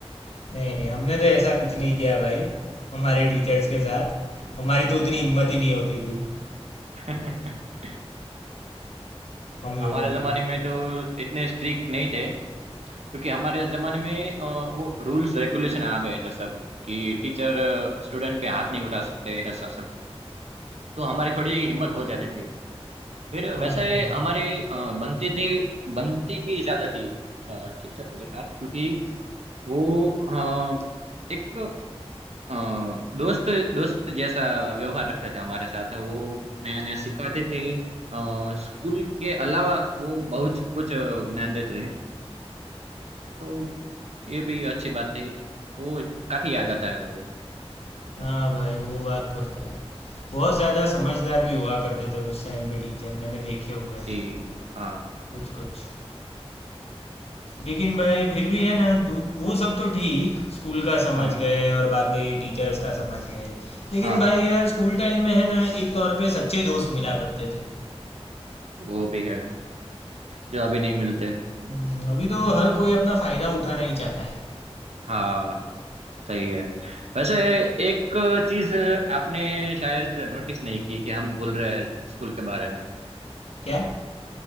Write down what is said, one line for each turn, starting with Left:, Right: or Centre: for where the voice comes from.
Left: नहीं नहीं हमने तो ऐसा कुछ नहीं किया भाई हमारे टीचर्स के साथ हमारी तो उतनी
Right: हाँ
Left: हिम्मत ही नहीं होती थी
Right: <laughs>
Left: हम लोगों
Right: हमारे
Left: की
Right: जमाने
Left: तो
Right: में तो इतने स्ट्रिक्ट नहीं थे क्योंकि हमारे जमाने में अ, वो रूल्स रेगुलेशन आ गए थे सब कि टीचर स्टूडेंट पे हाथ नहीं उठा सकते ऐसा सब तो हमारी थोड़ी हिम्मत हो जाती थी फिर
Left: हाँ
Right: वैसे
Left: भाई
Right: हमारे अ, बनती थी बनती भी ज्यादा थी अ, शिक्षकों के साथ क्योंकि वो अ, एक अ, दोस्त दोस्त जैसा व्यवहार रखते थे हमारे साथ वो नया नया सिखाते थे अ, स्कूल के अलावा वो बहुत कुछ ज्ञान देते थे तो ये भी अच्छी बात थी वो काफी याद आता है वो
Left: हाँ भाई वो बात तो है बहुत ज़्यादा समझदार भी हुआ करते थे उस टाइम पे टीचर मैंने देखे हुए हैं
Right: जी हाँ
Left: कुछ कुछ लेकिन भाई फिर भी है ना दू- वो सब तो ठीक स्कूल का समझ
Right: हाँ
Left: गए और बाद में ये टीचर्स का समझ गए लेकिन
Right: हाँ
Left: भाई यार स्कूल टाइम में है ना एक तौर पे सच्चे दोस्त मिला करते थे
Right: वो भी है जो अभी नहीं मिलते
Left: हम्म, अभी तो हर कोई अपना फायदा उठाना ही चाहता है
Right: हाँ सही है वैसे एक चीज आपने शायद नोटिस नहीं की कि हम भूल रहे हैं स्कूल के बारे में
Left: क्या